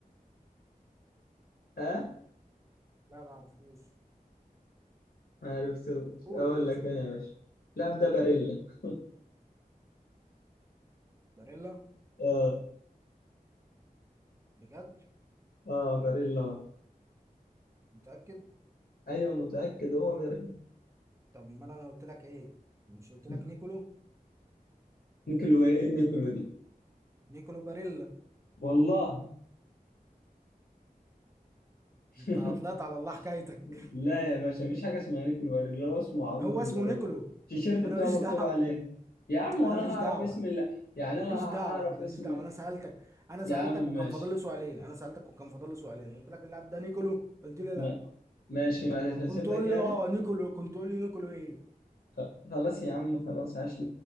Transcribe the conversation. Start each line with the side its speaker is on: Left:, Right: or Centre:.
Left: ها؟
Right: لا ما اعرفوش
Left: ما عرفتوش
Right: قول
Left: اقول
Right: خلاص
Left: لك
Right: قول
Left: انا يا باشا اللاعب ده باريلا <laughs>
Right: باريلا
Left: اه
Right: بجد
Left: اه باريلا
Right: متأكد
Left: ايوه متأكد هو باريلا
Right: طب ما انا قلت لك ايه مش قلت
Left: <laughs>
Right: لك نيكولو
Left: نيكولو ايه نيكولو دي
Right: نيكولو باريلا
Left: والله <laughs>
Right: انت طلعت على الله حكايتك
Left: لا يا باشا مفيش حاجة اسمها نيك الباريلا هو اسمه معروف
Right: هو
Left: بالباريلا
Right: اسمه نيكولو
Left: التيشيرت
Right: انا
Left: بتاعه
Right: ماليش
Left: مكتوب
Right: دعوة
Left: عليه يا عم وانا
Right: انا ماليش
Left: هعرف
Right: دعوة
Left: اسم اللي... يعني
Right: ماليش
Left: انا هعرف
Right: دعوه ماليش
Left: اسم
Right: دعوه انا سالتك انا
Left: يا
Right: سالتك
Left: عم
Right: وكان
Left: ماشي
Right: فاضل لي سؤالين انا سالتك وكان فاضل لي سؤالين قلت لك اللاعب ده نيكولو قلت لي
Left: ما-
Right: لا
Left: ماشي ما
Right: طب
Left: هسيب
Right: كنت تقول
Left: لك يعني
Right: لي اه نيكولو كنت تقول لي نيكولو ايه
Left: خ- خلاص يا عم خلاص عاش